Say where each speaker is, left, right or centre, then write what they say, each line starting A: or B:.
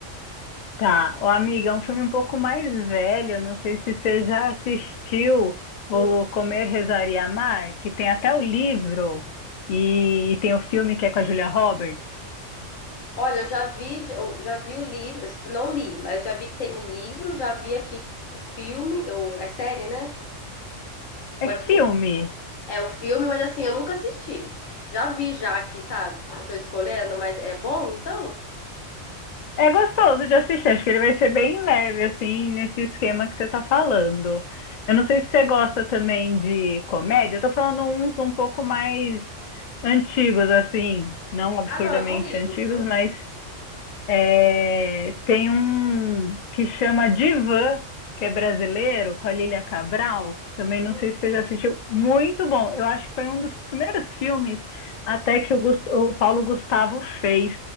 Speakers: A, on the left; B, on the left.
A: tá. Ô, amiga, é um filme um pouco mais velho, não sei se você já assistiu o
B: Hum.
A: Comer, Rezar e Amar, que tem até o livro e tem o filme que é com a Julia Roberts.
B: Olha, eu já vi, eu já vi o livro, tipo, não li, mas já vi que tem o livro, já vi aqui o filme, ou é série, né?
A: É
B: Ou é filme?
A: filme.
B: É o filme, mas assim, eu nunca assisti. Já vi já aqui, sabe? Quando eu tô escolhendo, mas é bom então?
A: É gostoso de assistir, acho que ele vai ser bem leve, assim, nesse esquema que você tá falando. Eu não sei se você gosta também de comédia, eu tô falando uns um pouco mais antigos, assim, não absurdamente
B: Ah, não, eu não ligo,
A: antigos,
B: viu?
A: mas é, tem um que chama Divã, que é brasileiro, com a Lília Cabral. Também não
B: Hum,
A: sei se você já assistiu. Muito bom. Eu acho que foi um dos primeiros filmes até que o, Gus- o Paulo Gustavo fez.